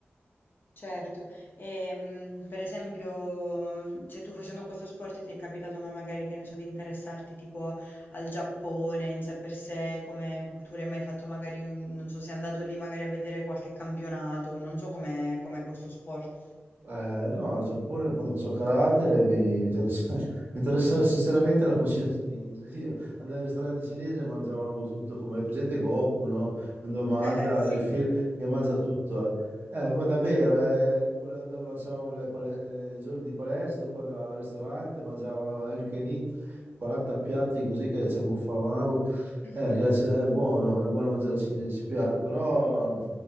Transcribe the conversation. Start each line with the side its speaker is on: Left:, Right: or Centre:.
Left: Certo, e, mh, per esempio, cioè, tu facendo questo sport ti è capitato ma magari che ne so di interessarti tipo al Giappone in sé per sé come cultura, hai mai fatto magari, un- non so, sei andato lì magari a vedere qualche campionato, non so com'è com'è questo sport.
Right: Eh, no, al Giappone quando facevo karate mi, mi interessa- <laughs> mi interessava, sinceramente la cucina cinese. <laughs> Io andavo al ristorante cinese e mangiavamo tutto, come è presente Goku, no? Quando mangia
Left: <laughs> Eh, Sì.
Right: nel film che mangia tutto. Eh, Eh, ma davvero, eh, dopo le- dopo facevamo le pale- i giorni di palestra, dopo andavo al ristorante, mangiavo all you can eat, 40 piatti così che ci abbuffavamo.
Left: <laughs>
Right: Eh, che la ci- è buono, è buono mangiare cinese, ci piace, però... non